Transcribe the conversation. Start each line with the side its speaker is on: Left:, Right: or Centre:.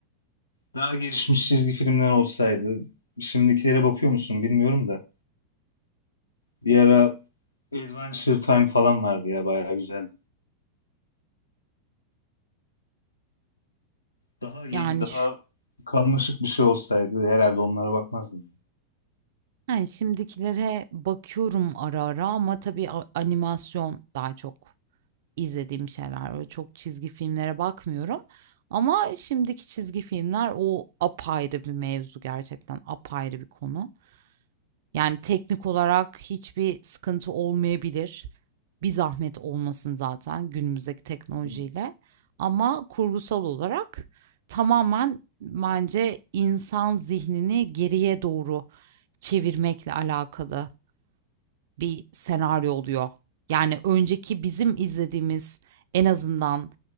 Left: Daha gelişmiş çizgi filmler olsaydı şimdikilere bakıyor musun bilmiyorum da. Bir ara Adventure Time falan vardı ya bayağı güzeldi. Daha yeni
Right: Yani,
Left: daha
Right: şu
Left: karmaşık bir şey olsaydı herhalde onlara bakmazdım.
Right: yani, şimdikilere bakıyorum ara ara ama tabii a animasyon daha çok izlediğim şeyler var. Çok çizgi filmlere bakmıyorum ama şimdiki çizgi filmler o apayrı bir mevzu gerçekten, apayrı bir konu. Yani teknik olarak hiçbir sıkıntı olmayabilir. Bir zahmet olmasın zaten günümüzdeki teknolojiyle.
Left: Değil mi?
Right: Ama kurgusal olarak tamamen bence insan zihnini geriye doğru çevirmekle alakalı bir senaryo oluyor. Yani önceki bizim izlediğimiz en azından